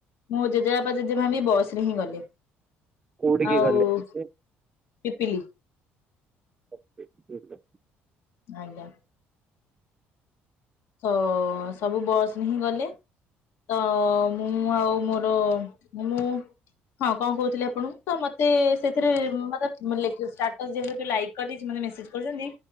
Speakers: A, on the left (about 65°); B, on the right (about 15°).
A: ମୋ ଜେଜେବାପା ଜେଜେମା ବି ବସ ରେ ହିଁ ଗଲେ।
B: କୋଉଠିକି
A: ଆଉ
B: ଗଲେ କି
A: ପିପିଲି
B: ସେ? ଓ ପିପିଲି।
A: ଆଜ୍ଞା। ତ ସବୁ ବସ ହିଁ ଗଲେ। ତ ମୁଁ ଆଉ ମୋର ମୁଁ ହଁ କଣ କହୁଥିଲି ଆପଣଙ୍କୁ ତ ମତେ ସେଥିରେ ମତେ ଯେ ଲାଇକ କରି ଦେଇଛି। ମେସେଜ କରୁଛନ୍ତି